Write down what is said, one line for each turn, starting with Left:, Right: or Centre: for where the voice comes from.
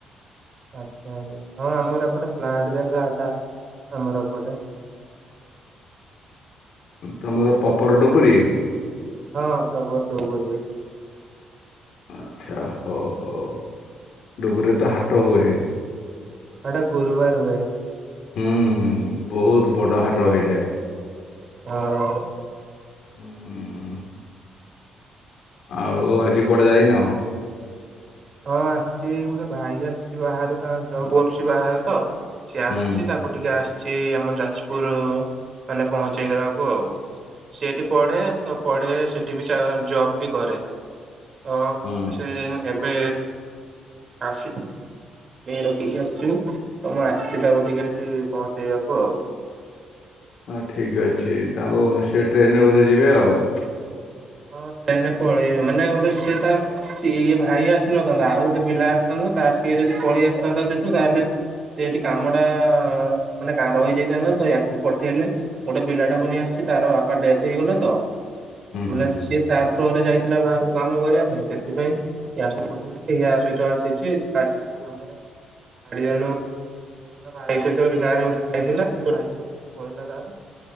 Right: ଆଛା ହଁ ଆମର ଏପଟେ ପ୍ଲାଣ୍ଟ ଜାଗାଟା। ଆମରଏ ପଟେ।
Left: ତୁମର ପପର ଡୁବରି।
Right: ହଁ ପ୍ରପର ଡ଼ୁବୁରୀ।
Left: ଆଚ୍ଛା ହଉ ହଉ ଡୁବୁରୀ ରେ ତ ହାଟ ହୁଏ।
Right: ଏଟା ଗୁରୁବାର ହୁଏ।
Left: ହୁଁ ବହୁତ ବଡ଼ ହାଟ ହେଇ ଯାଏ।
Right: ହଁ।
Left: ହୁଁ। ଆଉ ଆଜି କୁଆଡେ ଯାଇନ?
Right: ହଁ ଆସିଚି ଏଇ ଗୋଟେ ଭାଇ ଆସିଚି ବାହାରୁ ଆଉ ଜବ କରୁଚି ବାହାରେ ତ। ସିଏ ଆସିଚି
Left: ହୁଁ
Right: ତାକୁ ଟିକେ ଆସିଚି ଏଇ ଆମ ଯାଜପୁର। ମାନେ ପହଁଞ୍ଚେଇ ଦବାକୁ ଆଉ। ସେ ଏଠି ପଢେ ତ ପଢେ ସେଠି ବି ଚା ଜବ ବି କରେ।
Left: <inaudible>
Right: ତ
Left: ହୁଁ।
Right: ସେ ଏବେ ଆସି ନେଇ ରଖିକି ଆସିଚୁ ଆଉ ମୁଁ ଆସିଥିଲି ଆକୁ ଟିକେ ଏଠି ପହଁଞ୍ଚେଇବାକୁ ଆଉ।
Left: ହଁ ଠିକ ଅଛି ତାଙ୍କୁ ସେ ଟ୍ରେନ ରେ ବୋଧେ ଯିବେ ଆଉ?
Right: ହଁ ଟ୍ରେନ ରେ ପଳେଇବେ ମାନେ ଗୋଟେ ସେ ତା ଇ ଇ ଭାଇ ଆସିନଥାନ୍ତା ଆଉ ଗୋଟେ ପିଲା ଆସିଥାନ୍ତା। <unintelligible> ତା ସିଏ ଯଦି ପଳେଇ ଆସିଥାନ୍ତା ସେଠୁ ତାହେଲେ ସେ ଏଠି କାମ ଟା ମାନେ କା ରହି ଯାଇଥାନ୍ତା ତ ୟାଙ୍କୁ ପଠେଇଲେ ଗୋଟେ ପିଲା ଟାକୁ ନେଇ ଆସିଛି ତାର ବାପା ଡେଥ ହେଇଗଲେ ତ।
Left: ହୁଁ।
Right: ମାନେ
Left: ହୁଁ ହୁଁ
Right: ସିଏ ତା ଥ୍ରୋରେ ଯାଇଥିଲା ବାହାରକୁ କାମ କରିଆ ପାଇଁ ସେଥିପାଇଁ ୟାକୁ ପଠେଇଚନ୍ତି ଇଏ ଆ ସହିତ ଆସି ଛି କାଲି ତାକୁ ଆମେ ଛାଡି ଦେଲୁ। ତା ଭାଇ ସହିତ ଏବେ ଗାଁ ରେ ଗୋଟେ ଭାଇ ଥିଲା ଯୋଉ ଭାଇ ସହିତ ସେ ପଳେଇଲା ତାର।